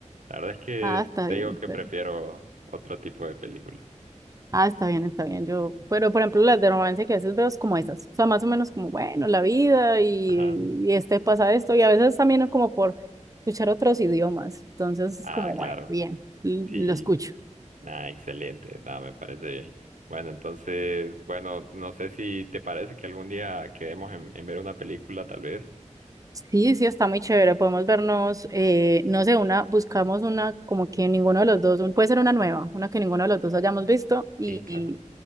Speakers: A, on the right (about 90°); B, on the right (about 25°).
A: la verdad es que
B: Ah, está
A: te
B: bien,
A: digo que
B: está
A: prefiero
B: bien.
A: otro tipo de películas.
B: Ah, está bien, está bien. Yo,
A: Sí.
B: pero por ejemplo, las de romance que a veces veo es como esas. O sea, más o menos como, bueno, la vida y,
A: Ajá.
B: y este pasa esto. Y a veces también es como por escuchar otros idiomas. Entonces es
A: Ah,
B: como, bueno,
A: claro.
B: bien, l-
A: Sí.
B: lo escucho.
A: Nada, excelente. Nada, me parece bien. Bueno, entonces, bueno, no sé si te parece que algún día quedemos en, en ver una película, tal vez.
B: Sí, sí, está muy chévere. Podemos vernos, eh, no sé, una, buscamos una como que ninguno de los dos, un- puede ser una nueva, una que ninguno de los dos hayamos visto y,
A: Sí, claro.
B: y,